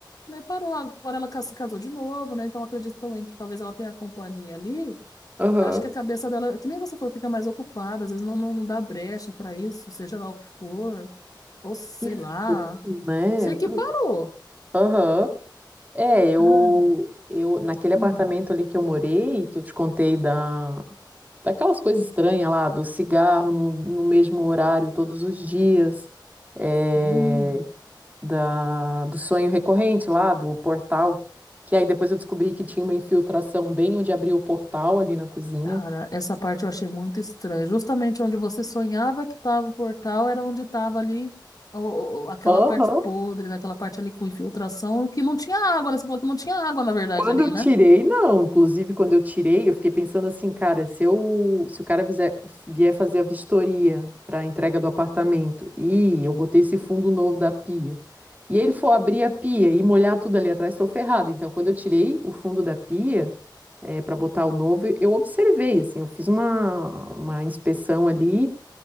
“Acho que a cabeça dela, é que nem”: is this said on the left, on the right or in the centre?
Left